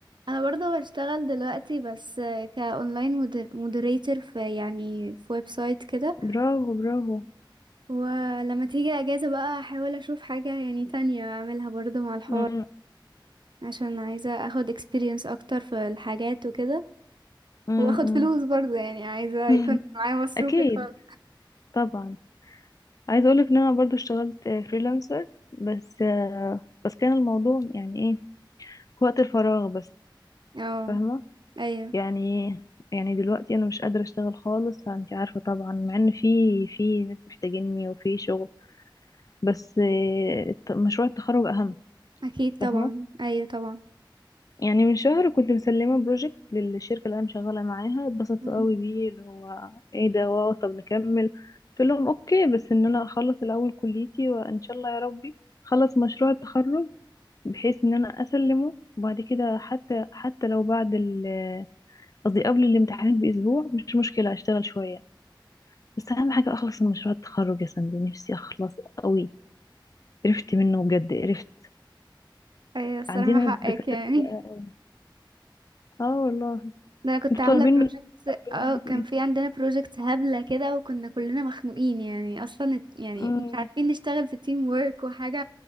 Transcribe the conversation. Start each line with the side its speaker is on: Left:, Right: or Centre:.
Right: انا برضه بشتغل دلوقتي بس كاونلاين مودريتور في يعني في ويب سايت كده
Left: <laughs> برافو برافو
Right: ولما تيجي اجازة بقى احاول اشوف حاجة يعني تانية اعملها برضو مع الحوار
Left: م-
Right: عشان عايزة اخد experience اكتر في الحاجات وكده
Left: م-
Right: واخد
Left: م-
Right: فلوس برضو يعني عايزة
Left: م.
Right: يكون
Left: <laughs>
Right: معايا مصروفي
Left: أكيد
Right: الخاص
Left: طبعا عايزه اقولك ان انا برضو اشتغلت فريلانسر بس آه، بس كان الموضوع يعني ايه في وقت الفراغ بس
Right: اه
Left: فاهمه
Right: ايوه
Left: يعني يعني دلوقتي انا مش قادره اشتغل خالص انت عارفه طبعا مع ان في في ناس محتاجيني وفي شغل بس آه، الت- مشروع التخرج اهم
Right: اكيد طبعا
Left: فاهمه
Right: ايوه طبعا
Left: يعني من شهر كنت مسلمه بروجكت للشركه اللي انا شغاله معاها اتبسطت
Right: مم.
Left: قوي بيه اللي هو ايه ده واو طب نكمل قلت لهم اوكي بس ان انا اخلص الاول كليتي وان شاء الله يا ربي خلص مشروع التخرج بحيث ان انا اسلمه وبعد كده حتى حتى لو بعد ال قصدي قبل الامتحانات باسبوع مش مشكله اشتغل شويه بس اهم حاجه اخلص من مشروع التخرج يا سندي نفسي اخلص قوي قرفت منه بجد قرفت
Right: ايوه الصراحة
Left: عندنا
Right: حقك
Left: الدكاتره
Right: يعني
Left: بدقه قوي اه والله
Right: <laughs> ده انا كنت
Left: انتوا
Right: عاملة
Left: طالبين من
Right: projects
Left: طالبين
Right: اه
Left: منكم
Right: كان
Left: ايه
Right: في عندنا projects هبلة كده وكنا كلنا مخنوقين يعني اصلا يعني
Left: امم
Right: مش عارفين نشتغل في team work وحاجة